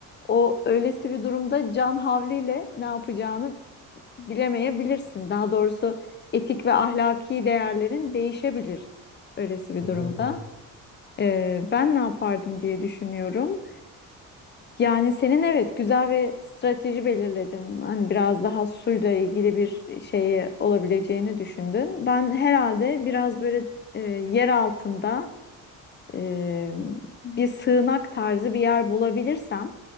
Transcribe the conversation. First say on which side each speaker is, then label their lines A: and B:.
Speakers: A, on the left; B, on the left.
A: o öylesi bir durumda can havliyle ne yapacağını bilemeyebilirsin. Daha doğrusu etik ve ahlaki değerlerin değişebilir öylesi bir
B: E
A: durumda.
B: tabii tabii.
A: Ee, ben ne yapardım diye düşünüyorum. Yani senin evet güzel bir strateji belirledin. Hani biraz daha suyla ilgili bir şeyi olabileceğini düşündün. Ben herhalde biraz böyle e, yer altında e, bir sığınak tarzı bir yer bulabilirsem